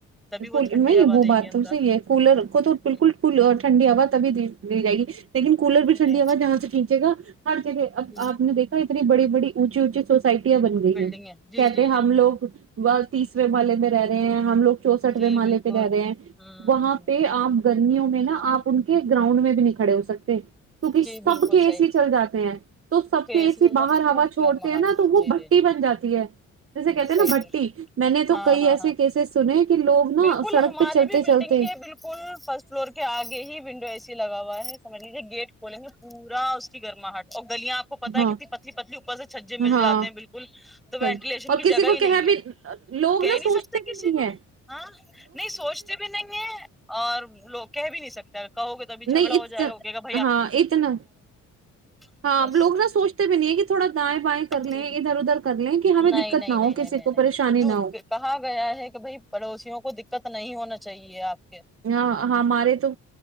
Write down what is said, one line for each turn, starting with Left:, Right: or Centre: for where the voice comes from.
Centre: تبھی
Right: نہیں
Centre: وہ ٹھنڈی ہوا
Right: وہ
Centre: دیں
Right: بات
Centre: گے اندر
Right: تو صحیح ہے کولر کو تو بالکل
Centre: جی
Right: کول ٹھنڈی ہوا تبھی دی دی جائے گی لیکن کولر بھی ٹنڈی
Centre: جی
Right: ہواہاں نچے گا ہر جگہ اب
Centre: جی
Right: آپ نے دیکھا ہے بڑبڑی اونچی اونچی سوسائٹی یاں بن گئی
Centre: بلڈنگیں
Right: ہیں
Centre: جی
Right: کہتے
Centre: جی جی
Right: ہم
Centre: جی
Right: لوگ وہ تیسرے محلے میں رہے ہیں ہم لوگ چونسٹھوے
Centre: جی
Right: مالے
Centre: بالکل
Right: پہ رہ
Centre: ہوں
Right: رہے ہیں وہاں
Centre: ہوں
Right: پہ آپ گرمیوں میں نا آپ ان کے گراؤنڈ میں بھی نہیں کڑے ہو سکتے کیونکہ
Centre: جی
Right: سب
Centre: بالکل
Right: کے
Centre: صحیح
Right: اے سی چل جاتے ہیں تو سب کے
Centre: اسی
Right: اے سی باہر
Centre: تو
Right: ہوا چھوڑتے
Centre: گرماہٹ
Right: ہیں نا تو وہ
Centre: جی
Right: بھٹی
Centre: جی جی
Right: بن جاتی ہے جیسے کہتے
Centre: جی
Right: ہیں
Centre: صحیح
Right: نا بھٹی
Centre: بالکل
Right: میں نے تو
Centre: ہاں
Right: کئی
Centre: ہاں
Right: ایسے
Centre: ہاں
Right: کیسز سنے کہ لوگ نا
Centre: بالکل
Right: سڑک
Centre: ہماری
Right: پہ چلتے
Centre: بھی
Right: چلتے
Centre: بلڈنگ کے بالکل فرسٹ فلور کے آگے ہی ونڈو ای س لگا ہوا ہے سمج گیٹ کھولیں گے پورا اس کی گرماہٹ اور گلیاں آپ کو پتہ ہے
Right: ہاں
Centre: کتنی پتلی پتلی اوپر سے چھجے مل
Right: ہاں
Centre: جاتے ہیں بالکل تو وینٹیلیشن
Right: سچ اور
Centre: کی
Right: کسی
Centre: جگہ
Right: کو
Centre: ہی نہیں
Right: کہ بھی
Centre: ہے
Right: لوگ
Centre: کہہ
Right: نا
Centre: نہیں
Right: سوچتے
Centre: سکتے
Right: بھی
Centre: کسی
Right: نہیں
Centre: کو
Right: ہے
Centre: ہاں نہیں سوچتے بھی نہیں ہے اور لو کہہ بھی نہیں سکتے کہ گے توبھی جگڑا
Right: نہیں
Centre: ہو جائےا
Right: ہاں یہ تو نہ
Centre: ہے
Right: ہاں
Centre: بس
Right: لوگ نہ سوچتے بھی نہیں ہے کہ تھوڑا دائیں بائیں کر
Centre: جی
Right: لیں
Centre: جی
Right: ادھر ادھر کر لیں کہ ہمیں
Centre: نہیں
Right: دقت
Centre: نہیں
Right: نہ
Centre: نہیں
Right: ہو
Centre: نہیں
Right: کسی
Centre: نہیں
Right: کو
Centre: نہیں۔۔۔۔۔
Right: پریشانی نہ ہو
Centre: کہا گیا ہے کہ بھائی پڑوسیوں کو۔۔۔ دقت نہیں ہونا چاہیے آپ کو۔۔
Right: ہاں۔ ہمارے تو۔۔۔